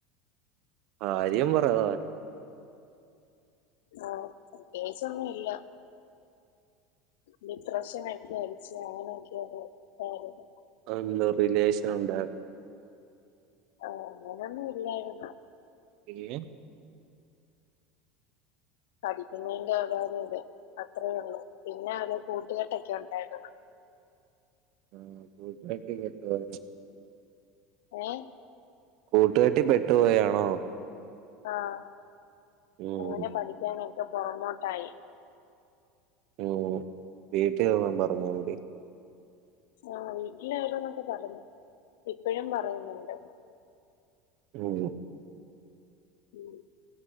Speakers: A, on the right; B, on the left.
A: കാര്യം പറ പതറാതെ
B: ഓ പ്രത്യേകിച്ചൊന്നും ഇല്ല ഡിപ്രഷനൊക്കെ അടിച്ചു അങ്ങനെയൊക്കെ അത് <unintelligible>
A: അതെന്തോ റിലേഷൻ ഉണ്ടായിരുന്നോ
B: ആഹ് അങ്ങനൊന്നും ഇല്ലായിരുന്നു
A: പിന്നെ
B: പഠിക്കുന്നതിന്റെ ഓരോരോ ഇത് അത്രേ ഉള്ളൂ പിന്നെ അത് കൂട്ടുകെട്ടൊക്കെ ഉണ്ടായിരുന്നു
A: ഉം കൂട്ടുകെട്ടിൽപെട്ടുപോയോ
B: ഏ
A: കൂട്ടുകെട്ടി പെട്ടുപോയാണോ
B: ആഹ്
A: ഉം
B: അങ്ങനെ പഠിക്കാണ്ടായി <unintelligible> പുറകോട്ടായി
A: ഓവീട്ടിൽ ഒന്നും പറഞ്ഞില്ലെ
B: ആഹ് വീട്ടില് ഓരോന്നൊക്കെ പറഞ്ഞു ഇപ്പഴും പറയുന്നുണ്ട്
A: ഉം
B: ഉ